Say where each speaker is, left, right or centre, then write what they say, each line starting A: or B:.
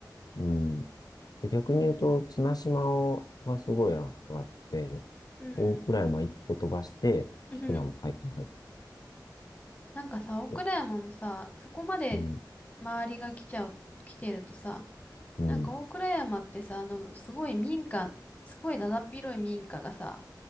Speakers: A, on the left; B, on the left.
A: うん。で、逆に言うと、綱島はすごい上がって、
B: うんうんうん。
A: 大蔵山一個飛ばして、
B: <laughs>
A: 菊名も再開発し
B: なんかさ、大倉山もさ、
A: て。
B: そこまで
A: うん、
B: 周りが来ちゃう、来てるとさ、
A: うん、
B: なんか大倉山ってさ、あの、すごい民家、すごいだだっ広い民家がさ、